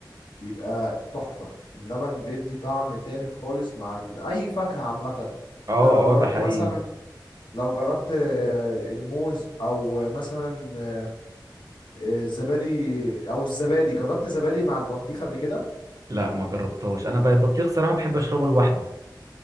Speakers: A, on the left; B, on the right.
A: بيبقى تحفة اللبن بيدي طعم تاني خالص مع ال... اي فاكهة عامة
B: اه
A: انت لو جربت
B: اه ده حقيقي
A: مثلا لو جربت آه، الموز او مثلا آه، الزبادي او الزبادي جربت زبادي مع البطيخ قبل كده
B: لا ما جربتهاش انا بقى البطيخ صراحه بحب اشربه لوحده